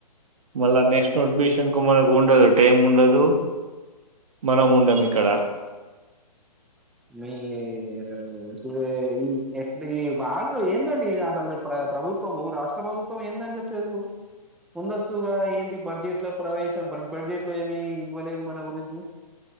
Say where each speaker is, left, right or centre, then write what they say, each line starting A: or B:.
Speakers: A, on the right; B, in the centre.
A: మళ్
B: ఆ!
A: నెక్స్ట్ నోటిఫికేషన్ కు మళ్ళ గు టైం ఉండదు మనం ఉండం ఇక్కడ
B: మీ అ ఈ ఎట్ బాగు ఏందండి అసలు ప్ర ప్రభుత్వము రాష్ట్ర ప్రభుత్వం ఎందండి అసలు ముందస్తుగా ఏంటి బడ్జెట్ లో ప్రవేశ బడ్జెట్ లో ఏమి ఇవ్వలేదు మన గురించి